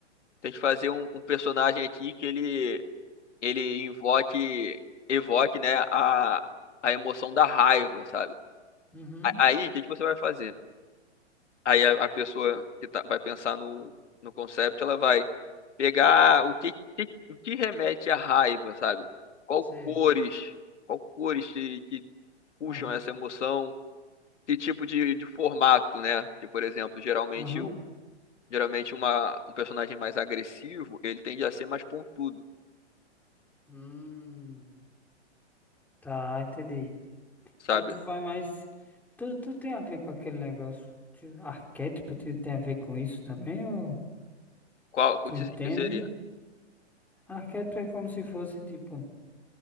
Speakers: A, on the left; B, in the centre.
A: tem que fazer um, um personagem aqui que ele, ele invoque, evoque, né, a, a emoção da raiva, sabe?
B: uhum,
A: A- Aí, o que que você vai fazer? Aí a, a pessoa que tá- vai pensar no, no concept, ela vai pegar o que, que, o que remete à raiva, sabe? Qual
B: Sei.
A: cores, qual cores que, que puxam
B: Aham,
A: essa emoção, que tipo de, de formato, né? Que, por exemplo, geralmente,
B: aham.
A: o- geralmente uma, um personagem mais agressivo, ele tende a ser mais pontudo,
B: hum. Tá, entendi.
A: sabe?
B: Então tu vai mais. Tu, tu tem a ver com aquele negócio. de Arquétipo tu tem a ver com isso também? Ou
A: Qual, o
B: tu
A: que
B: entende?
A: se- que seria?
B: Arquétipo é como se fosse tipo.